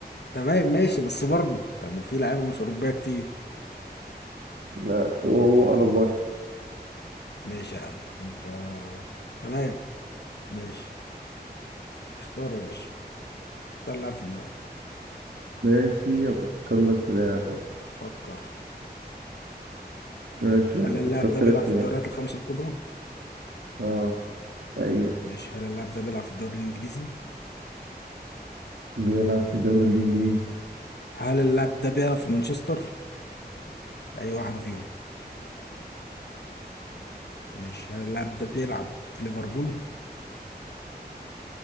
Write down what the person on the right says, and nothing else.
لا لا، هو هو انا واحد
ماشي افكر لك في لاعب اه
ماشي يلا
فكرت
لك في
لاعب
اه ايوه
بيلعب في الدوري الانجليزي